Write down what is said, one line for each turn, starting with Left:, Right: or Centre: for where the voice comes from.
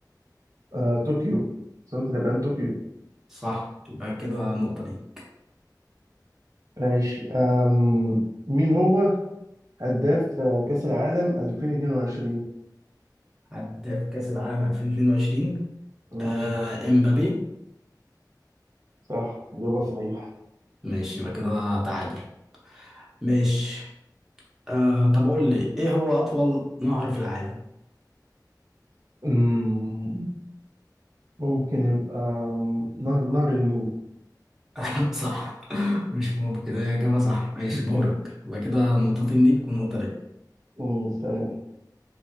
Right: آه، طوكيو سمت اليابان طوكيو
Centre: صح يبقى كده نقطة ليك
Right: ماشي آم... مين هو هداف آه، كأس العالم 2022
Centre: عدى في كأس العالم 2022
Right: مم.
Centre: آه امبابي
Right: صح إجابة صحيحة
Centre: ماشي يبقى كده تعادل ماشي آه طب قول لي ايه هو اطول نهر في العالم
Right: مم. ممكن يبقى آم، نهر نهر النيل
Centre: <laughs> صح مش ممكن كده يا جماعة صح ماشي
Right: <laughs>
Centre: دورك يبقى كده نقطتين ليك ونقطة ليا
Right: مم. تمام